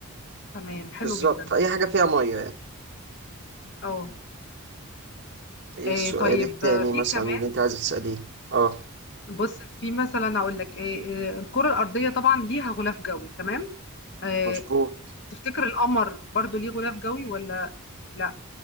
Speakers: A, on the left; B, on the right.
A: تمام حلو
B: بالظبط
A: جدا
B: أي حاجة فيها مية يعني
A: اه
B: ايه
A: آه،
B: السؤال
A: طيب
B: التاني
A: آه، في
B: مثلا
A: كمان
B: اللي أنت عايز تسأليه اه
A: بص في مثلا أقول لك آه، آه، الكرة الأرضية طبعا ليها غلاف جوي تمام آه،
B: مظبوط
A: تفتكر القمر برضو ليه غلاف جوي ولا لا